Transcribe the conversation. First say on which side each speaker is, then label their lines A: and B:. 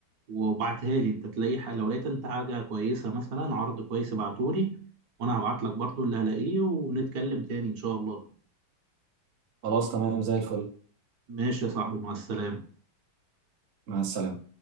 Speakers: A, on the right; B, on the right.
A: وابعتها لي انت تلاقي ح- لو لقيت انت حاجة كويسة مثلا عرض كويس ابعتولي وانا هبعت لك برضو اللي هلاقيه ونتكلم تاني ان شاء الله
B: خلاص تمام زي الفل
A: ماشي يا صاحبي مع السلامة
B: مع السلامة